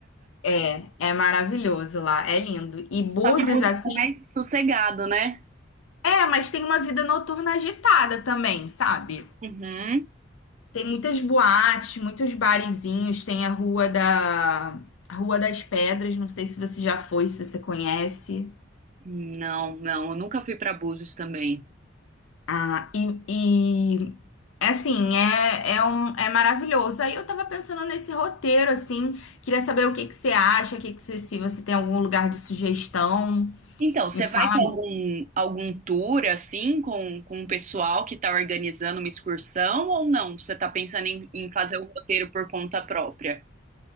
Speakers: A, on the left; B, on the right.
A: é, é maravilhoso lá, é lindo. E Búzios,
B: Só que busca
A: assim,
B: mais sossegado, né?
A: é, mas tem uma vida noturna agitada também, sabe?
B: Uhum.
A: Tem muitas boates, muitos barizinhos, tem a Rua da a Rua das Pedras, não sei se você já foi, se você conhece.
B: Não, não, eu nunca fui para Búzios também.
A: Ah, e, e assim, é, é, um, é maravilhoso. Aí eu tava pensando nesse roteiro, assim, queria saber o que que você acha, o que que você, se você tem algum lugar de sugestão,
B: Então, você
A: me fala
B: vai com algum, algum tour assim, com, com o pessoal que está organizando uma excursão ou não? Você está pensando em, em fazer o roteiro por conta própria?